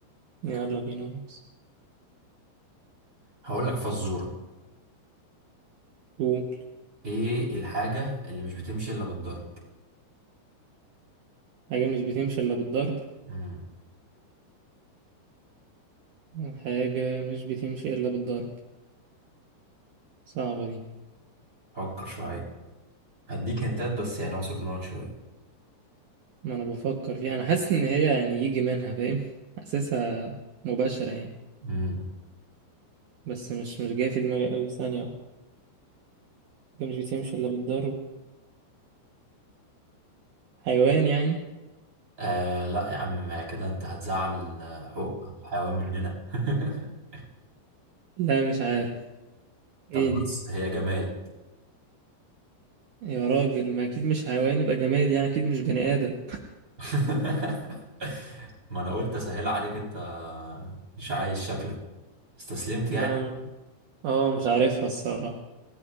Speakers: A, on the right (about 70°); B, on the right (about 20°).
A: يلا بينا يا ريس
B: هقول لك فزوره
A: قول
B: ايه الحاجه اللي مش بتمشي الا بالضرب
A: حاجة مش بتمشي الا بالضرب
B: امم
A: حاجة مش بتمشي الا بالضرب صعبة دي
B: فكر شويه هديك هنتات بس يعني اعصر دماغك شويه
A: ما انا بفكر فيها انا حاسس ان هي يعني يجي منها فاهم حاسسها مباشرة يعني
B: امم
A: بس مش مش جاية في دماغي قوي ثانية واحدة. حاجة مش بتمشي الا بالضرب حيوان يعني
B: آه لا يا عم كده انت هتزعل آه، حقوق الحيوان مننا <laughs>
A: لا مش عارف
B: طب
A: ايه
B: بص
A: دي
B: هي جماد
A: يا راجل ما اكيد مش حيوان يبقى جماد يعني اكيد مش بني ادم
B: <laughs> ما انا قلت اسهل عليك انت مش عايز شكلك استسلمت
A: لا
B: يعني
A: اه مش عارفها الصراحة